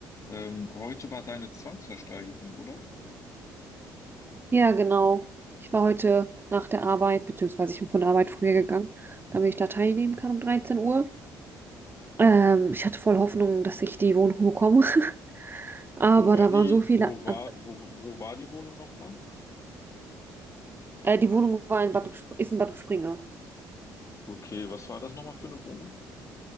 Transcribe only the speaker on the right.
Ja, genau. Ich war heute nach der Arbeit, beziehungsweise ich bin von der Arbeit früher gegangen, damit ich da teilnehmen kann um 13 Uhr. Ähm, ich hatte voll Hoffnung, dass ich die Wohnung bekomme. <laughs> Aber
da
waren so viele.
an-
Äh, die Wohnung war in Bad, Sp- ist in Bad Springe.